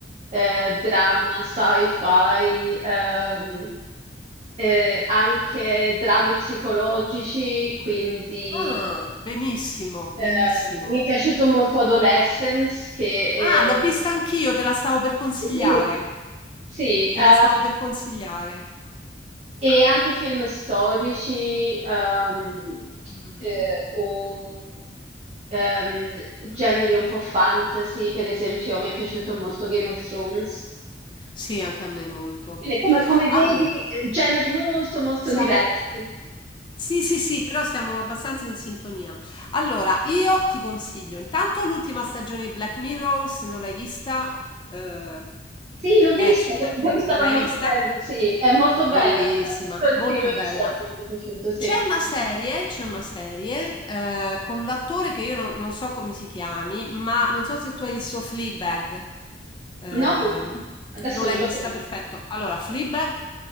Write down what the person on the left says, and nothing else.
Ah, benissimo, benissimo.
Ah, l'ho vista anch'io, te la stavo per consigliare.
Te
la stavo per consigliare.
Mm,
Sì, anche a me molto.
Allora.
Siamo
sì, sì, sì, però siamo abbastanza in sintonia. Allora, io ti consiglio, intanto l'ultima stagione di Black Mirror, se non l'hai vista, eh,
è su
Netflix.
L'hai
vista?
Bellissima,
molto
bella.
C'è una serie, c'è una serie eh, con l'attore che io non, non so come si chiami, ma non so se tu hai visto Fleabag. Ehm,
non l'hai
vista?
Perfetto. Allora, Fleabag